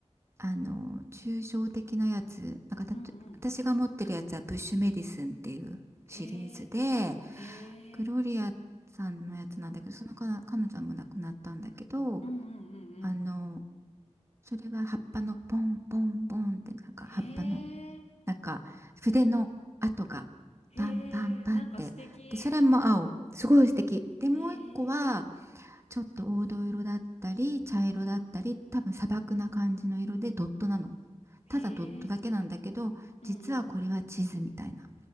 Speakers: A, on the right; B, on the left.
A: あの抽象的なやつなんかたと私が持ってるやつは「ブッシュメディスン」っていうシリーズで
B: うんうん。へえ、へえ、
A: グロリアさんのやつなんだけどその彼彼女も亡くなったんだけど
B: うんうんうんうん。
A: あのそれは葉っぱのポンポンポンってなんか葉っぱの
B: へえ、
A: なんか筆の跡がパンパンパンって。
B: へえ、なんか素敵。
A: で、それも青。すごい素敵。で、
B: へ
A: もう一個は
B: え、
A: ちょっと黄土色だったり茶色だったり多分砂漠な感じの色でドットなの。
B: うん、へえ、
A: ただドットだけなんだけど実はこれは地図みたいな。
B: うんうん。